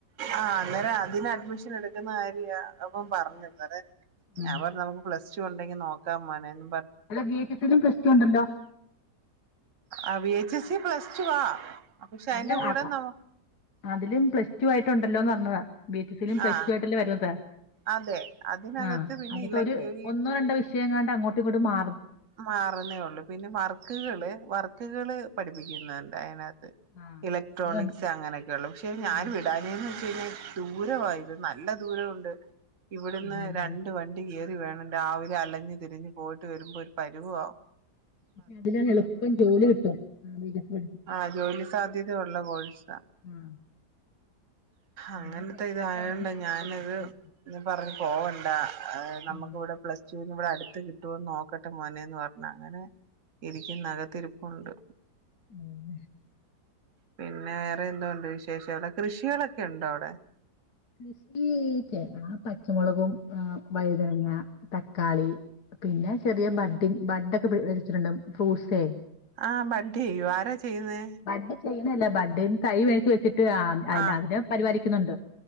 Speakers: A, on the right; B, on the left.
A: ആ അന്നേരം അതിന് അഡ്മിഷനെട്ക്കുന്ന കാര്യ അവൻ പറഞ്ഞത് അതാ
B: ഉം
A: അവർ നമുക്ക് പ്ലസ് ടുണ്ടെങ്കി നോക്കാ മോനേന്ന്
B: അല്ല വി എച്ച് സിയിലും പ്ലസ് ടു ഉണ്ടല്ലോ
A: ആ വി എച്ച് എസി പ്ലസ് ടുവാ പക്ഷെ അയിന്റെ
B: അല്ല
A: കൂടെ
B: അ അ-
A: നമ
B: അതിലും പ്ലസ് ടു ആയിട്ട് ഉണ്ടല്ലോന്ന്റ്ഞ്ഞതാ ബി എച്ച് സിയിലും പ്ലസ്
A: ആ
B: ടു ആയിട്ട്ല്ലേ വരു അത്രേ
A: അതെ അതിനകത്ത്
B: ആ
A: പിന്നെ
B: അതിനത്തൊര്
A: ഇല ഈ
B: ഒന്നോ രണ്ടോ വിഷയങ്ങാണ്ട് അങ്ങോട്ടും ഇങ്ങോട്ടും മാ
A: മാറുന്നേ ഒള്ളു പിന്നെ വർക്ക്കള് വർക്ക്കള് പഠിപ്പിക്കുന്നുണ്ട് അതിനതിന ത്ത്
B: ആഹ്
A: ഇലക്ട്രോണിക്സ്
B: അത്
A: അങ്ങനെയൊക്കെള്ള പക്ഷെ ഞാൻ
B: ആഹ്
A: വിടാഞ്ഞേന്ന്
B: അതെ
A: വെച്ച്ഴിഞ്ഞാ ദൂരവാ ഇത് നല്ല ദൂരമുണ്ട് ഇവിടുന്ന്
B: അതെല്ലേ
A: രണ്ട് വണ്ടി കേ റി വേണം രാവിലെ അലഞ്ഞ് തിരിഞ്ഞ് പോയിട്ട് വരുമ്പോ ഒരു പരുവവാവും.
B: പക്ഷെ അതിലാണ് എളുപ്പം ജോലി കിട്ടും <unintelligible>
A: ആ ജോലി സാധ്യതയുള്ള കോഴ്സാ
B: ആഹ്
A: അങ്ങനത്തെ
B: എന്റെ പെൺകുട്ടി
A: ഇതയാണ്ട
B: ആയോണ്ട് ഞാൻ
A: ഞാന
B: പല പ്രശ്നാ
A: ഇത് പറഞ്ഞു പോകണ്ട നമ്മുക്കിവിടെ
B: ഉം
A: പ്ലസ് ടു ഇവിടെ അടുത്ത് കിട്ടുമോന്ന് നോക്കട്ടെ മോനേന്ന് പറഞ്ഞ അങ്ങനെ എനിക്ക്ന്ന കത്തിരിപ്പുണ്ട്
B: ഉം
A: പിന്നെ വേറെ എന്തോണ്ട് വിശേഷം. അവിടെ കൃഷികളൊക്കെ ഉണ്ടോ അവിടെ.
B: കൃഷി ആ പച്ചമുളകും ആ വഴുതനങ്ങ, തക്കാളി, പിന്നെ ചെറിയ ബഡ് ബഡ് ഒക്കെ വെച്ചിട്ടുണ്ട് ഫ്രൂട്ട്സെ
A: ആ ബഡി ചെയ്യു ആരാ ചെയ്യുന്നേ
B: ബഡ് ചെയ്യുന്നല്ല ബഡന്ന് തൈ മേടിച്ച് വെച്ചിട്ട് അ
A: ആഹ്
B: അതിനം പരിപാലിക്കുന്നുണ്ട്.